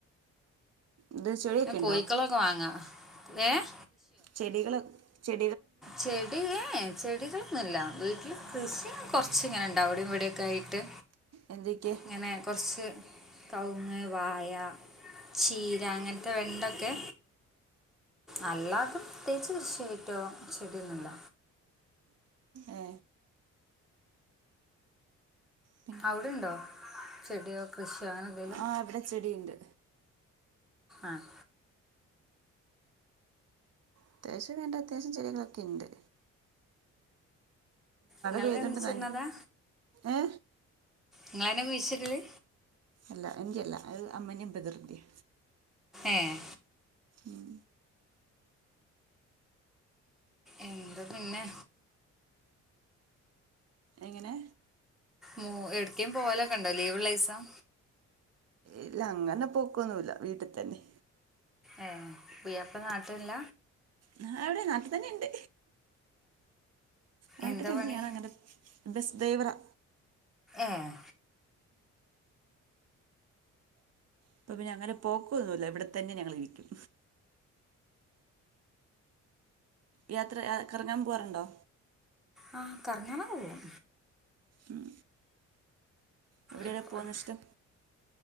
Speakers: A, on the right (about 55°); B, in the centre.
A: ഇത് ചെടിയൊക്കെ
B: ന്നെ കൊയ്ക്കളൊക്കെ
A: ഉണ്ടോ
B: വാങ്ങ ഏഹ്
A: ചെടികള് കെ
B: ചെടി ഏഹ് ഏഹ് ചെടികളൊന്നുല്ല വീട്ടില് കൃസി കൊർച്ച് ഇങ്ങനെണ്ടാവും അവ്ടിം ഇവടിം ഒക്കെ ആയിട്ട്
A: എന്തൊക്കെ
B: ഇങ്ങനെ കൊർച്ച് കൗങ്ങ്, വായ, ചീര, അങ്ങൻത്തെ വെണ്ടക്കെ അല്ലാതെ പ്രതേകിച്ച് കൃഷി ആയിറ്റൊ ചെടി ഒന്നുല്ല
A: ഏ പിന്നെ
B: ഔടെണ്ടോ ചെടിയോ, കൃഷിയൊ, അങ്ങനെ എന്തേലും
A: ആഹ് ഇവിടെ ചെടിണ്ട്
B: ആഹ്
A: അത്യാവശ്യം വേണ്ട അത്യാവശ്യം ചെടികളൊക്കെണ്ട്
B: ഇങ്ങളെന്നെ
A: പെയ്തുകൊണ്ട്
B: കുയ്ച്ച്ട്ണതാ?
A: നൻ ഏ
B: ഇങ്ങളെന്നെ കുയ്ച്ച്ടല്?
A: അല്ല എന്റെ അല്ല അത് അമ്മന്റിം ബ്രദറിന്റിയാ
B: ഏഹ്
A: ഉം
B: എന്താ പിന്നെ
A: എങ്ങനെ
B: മോ എട്ക്കേം പോവലോക്കെണ്ടോ ലീവ് ഇള്ളിസം?
A: ഇല്ല അങ്ങനെ പോക്കൊന്നുല്ല വീട്ടിൽ തന്നെ
B: ഏഹ് പുയാപ്പ്ള നാട്ട് ഇല്ല
A: ഞാൻ ഇവിടെ നാട്ടിൽ തന്നെ ഇണ്ട് നാട്ടില്ണ്ട്
B: എന്താ പണി
A: ഞാനങ്ങനെ ബസ് ഡ്രൈവറാ
B: ഏഹ്
A: പ്പപിന്നെ അങ്ങനെ പോക്കൊന്നുല്ല ഇവിടെ തന്നെ ഞങ്ങളിരിക്കും യാത്ര യാ കറങ്ങാൻ പോവാറുണ്ടോ
B: ആ കറങ്ങാനാ പോവും
A: ഉം എവിടെയാണ്
B: ഇപ്പം
A: പോന്നത് ഇഷ്ടം